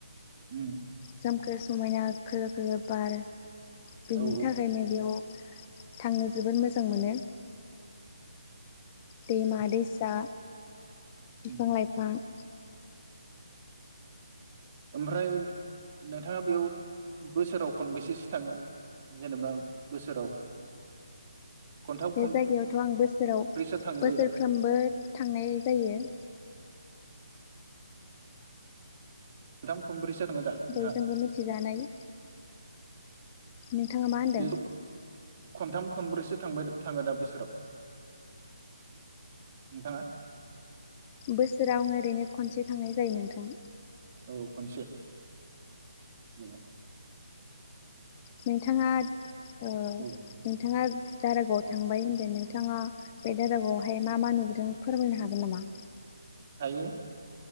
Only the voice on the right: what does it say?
उम।
औ औ
उम
ओमफ्राय नोंथाङा बेयाव बोसोराव खनबेसेसो थाङो जेनेबा बोसोराव खनथाम
खनब्रैसो थाङो
जायो दा
खनथाम खनब्रैसो थाङो दा नोंथाङा
बे खनथाम खनब्रैसो थांबाय थाङो दा बोसोराव नोंथाङा?
औ खनसे औ।
औ
हायो